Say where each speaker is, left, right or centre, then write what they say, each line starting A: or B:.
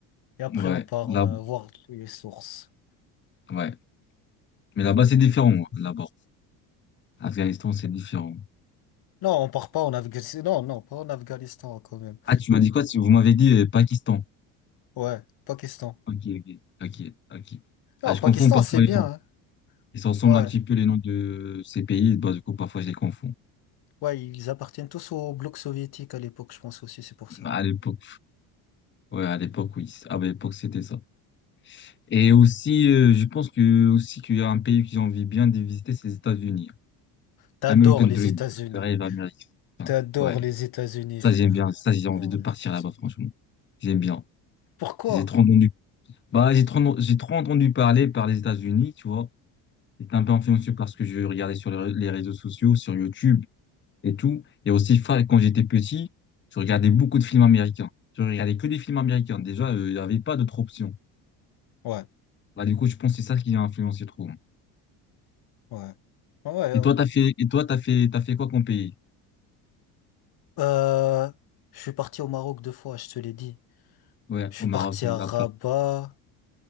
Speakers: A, on the left; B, on the left.
A: Et après,
B: Ouais,
A: on part
B: là,
A: euh, voir les sources.
B: ouais. Mais là-bas, c'est différent, moi, là-bas. Afghanistan, c'est différent.
A: Non, on part pas en Afghanistan. Non, non, pas en Afghanistan quand même.
B: Ah, tu m'as dit quoi? Tu- Vous m'avez dit euh, Pakistan.
A: Ouais, Pakistan.
B: Ok, ok, ok, ok.
A: Non,
B: Ah, je
A: Pakistan,
B: confonds parfois
A: c'est bien.
B: les noms.
A: hein.
B: Ils se ressemblent
A: Ouais,
B: un petit peu les noms de ces pays. Bah, du coup, parfois, je les confonds.
A: ouais, ils appartiennent tous au bloc soviétique à l'époque, je pense aussi, c'est pour
B: Bah,
A: ça.
B: À l'époque, ouais, à l'époque, oui. Ah, bah, à l'époque, c'était ça. Et aussi, euh, je pense que aussi qu'il y a un pays que j'ai envie bien de visiter, c'est les États-Unis.
A: T'adores
B: American
A: les
B: Dream,
A: États-Unis.
B: le rêve américain.
A: T'adores
B: Ouais,
A: les États-Unis,
B: ça,
A: frère.
B: j'aime bien. Ça, j'ai
A: T'adores
B: envie de
A: les
B: partir
A: États-Unis.
B: là-bas, franchement. J'aime bien.
A: Pourquoi?
B: J'ai trop entendu. Bah, j'ai trop, j'ai trop entendu parler par les États-Unis, tu vois. j'étais un peu influencé par ce que je regardais sur les ré- les réseaux sociaux, sur YouTube et tout. Et aussi, fa- quand j'étais petit, je regardais beaucoup de films américains. Je regardais que des films américains. Déjà, euh, il n'y avait pas d'autres options.
A: Ouais,
B: Bah, du coup, je pense que c'est ça qui a influencé trop. hein.
A: ouais. Ouais.
B: Et toi, t'as fait, et toi, t'as fait, t'as fait quoi comme pays?
A: Euh, je suis parti au Maroc deux fois, je te l'ai dit.
B: Ouais,
A: Je suis
B: au Maroc,
A: parti
B: oui,
A: à Rabat,
B: après.